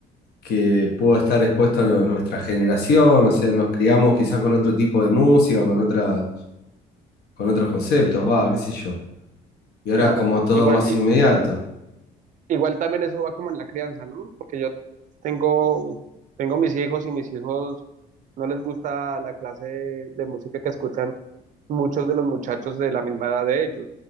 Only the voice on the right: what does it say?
Claro,
igual,
i-
igual también eso va como en la crianza, ¿no? Porque yo Tengo, tengo mis hijos y mis hijos no les gusta la clase de, de música que escuchan muchos de los muchachos de la misma edad de ellos.